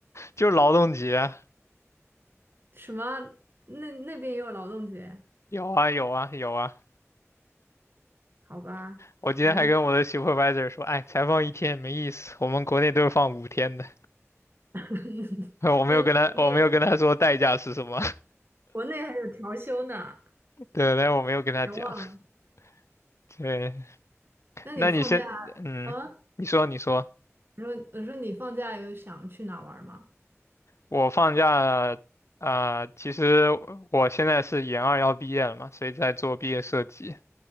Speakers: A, on the left; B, on the right.
A: 就是劳动节。
B: 什么？那那边也有劳动节？
A: 有啊，有啊，有啊。
B: 好吧，
A: 我今天还跟我的
B: 反正我
A: supervisor 说，哎，才放一天没意思，我们国内都是放五天的。
B: <laughs>
A: <laughs> 我没有跟他，
B: 那那国内
A: 我没有跟他说代价是什么。
B: 国内还有调休呢，
A: 对，但是我没有跟他讲。
B: 别忘了。
A: <laughs> 对，
B: 那你放假
A: 那你先，嗯，
B: 啊？
A: 你说，你说，
B: 我说我说你放假有想去哪玩吗？
A: 我放假，啊、其实我现在是研二要毕业了嘛，所以在做毕业设计。